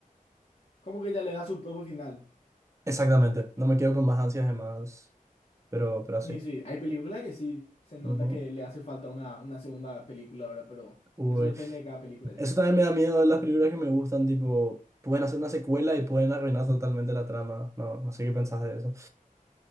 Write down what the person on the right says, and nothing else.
Exactamente, no me quedo con más ansias de más, pero, pero así.
Ujú.
Uy.
Eso también me da miedo de las películas que me gustan, tipo, pueden hacer una secuela y pueden arruinar totalmente la trama. No, no sé qué pensás de eso.